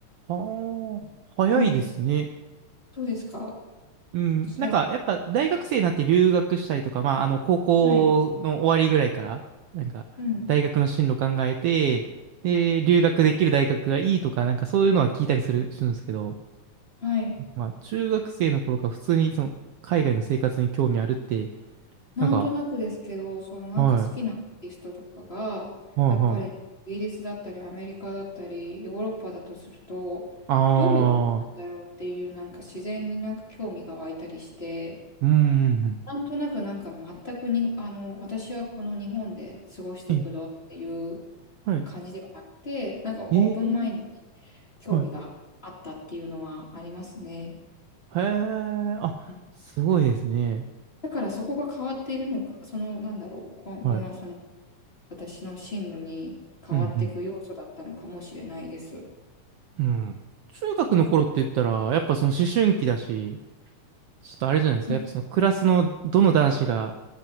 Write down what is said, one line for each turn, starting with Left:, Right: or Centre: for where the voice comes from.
Right: はあ、早いですね。
Left: うん、そうですか、
Right: うん。
Left: そう、
Right: なんか、やっぱ大学生になって留学したりとか、まあ、あの、高校の終わりぐらいから、
Left: はい、
Right: なんか、
Left: うん、
Right: 大学の進路考えて、で、留学できる大学がいいとか、なんかそういうのは聞いたりする、するんですけど、
Left: はい。
Right: まあ、中学生の頃から普通に、その、海外の生活に興味あるって、
Left: なんとなくですけど、
Right: なんか、
Left: そのなんか好きなアーティストとかが、
Right: はい、はい、
Left: やっぱりイギリスだったりアメリカだったりヨーロッパだとすると、
Right: はい。あ
Left: どういうことなんだろうっていうなんか自然になんか興味が湧いたりして、
Right: あ、うん、うん、
Left: なんとなくなんか全くに、あの、私はこの日本で過ごしていくぞっていう
Right: うん。え、はい。
Left: 感じではなくて、なんかオープンマインドに
Right: ええ
Left: 興味があったっていうのはありますね。
Right: はい。へえ、あ、
Left: うん
Right: すごいですね。
Left: だからそこが変わっているのか、そのなんだろう、今後のその
Right: はい。
Left: 私の進路に変わっていく要素だったのかもしれないです。
Right: うん、うん。うん。中学の頃って言ったら、
Left: はい。
Right: やっぱその思春期だし、ちょっとあれじゃないですか。
Left: うん
Right: やっぱそのクラスのどの男子が